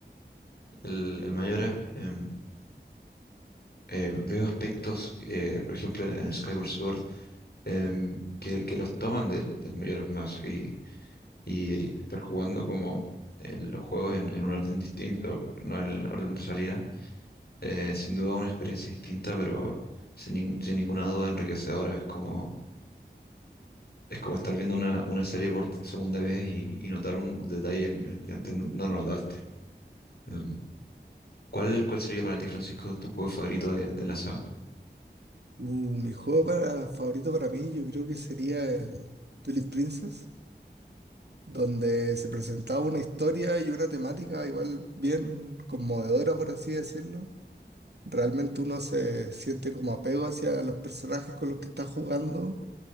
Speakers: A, on the left (about 60°); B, on the right (about 65°).
A: el, el Mayora, em, eh, veo aspectos, eh, por ejemplo, en el Skyward Sword, em, que, que los toman del, del Majora's Mask y, y estar jugando como eh, los juegos en, en un orden distinto, no en el orden de salida. eh, sin duda una experiencia distinta, pero sin, nin- sin ninguna duda enriquecedora. Es como Es como estar viendo una, una serie por segunda vez y, y notar un, un detalle en el que antes no no notaste. Em, ¿cuál, cuál sería para ti, Francisco, tu juego favorito de, de la saga?
B: Uh, mi juego para, favorito para mí yo creo que sería el Twilight Princess, donde se presentaba una historia y una temática igual bien conmovedora, por así decirlo. Realmente uno se siente como apego hacia los personajes con los que está jugando